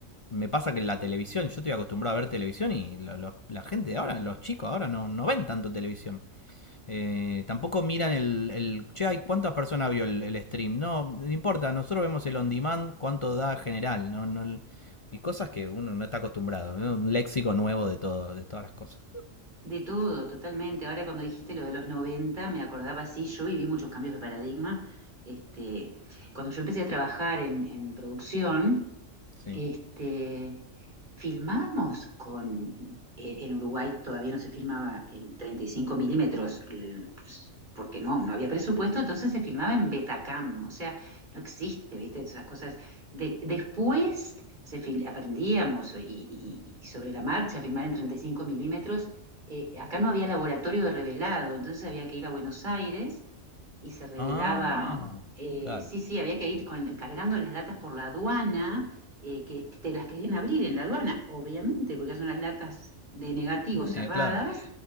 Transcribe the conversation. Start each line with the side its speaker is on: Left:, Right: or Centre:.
Left: Me pasa que la televisión, yo estoy acostumbrado a ver televisión y lo- lo- la gente de ahora, los chicos ahora no, no ven tanto televisión. Eh, tampoco miran el, el. Che, ay, ¿cuántas personas vio el, el stream? No, no importa, nosotros vemos el on demand, cuánto da general. No, no, y cosas que uno no está acostumbrado. ¿no? Un léxico nuevo de todo, de todas las cosas.
Right: de todo, totalmente. Ahora cuando dijiste lo de los 90 me acordaba, sí, yo viví muchos cambios de paradigma. Este, cuando yo empecé a trabajar en, en producción,
Left: Sí.
Right: este, Filmábamos con, eh, en Uruguay todavía no se filmaba en 35 milímetros, el- pues, porque no, no había presupuesto, entonces se filmaba en Betacam, o sea, no existe, ¿viste? Esas cosas. De- después se fil- aprendíamos y, y- y sobre la marcha a filmar en 35 milímetros. Eh, acá no había laboratorio de revelado, entonces había que ir a Buenos Aires y se revelaba,
Left: Ah,
Right: eh,
Left: claro.
Right: sí, sí, había que ir con- cargando las latas por la aduana, eh, que te las querían abrir en la aduana, obviamente, porque son las latas de negativo
Left: Ven,
Right: cerradas,
Left: eh, claro.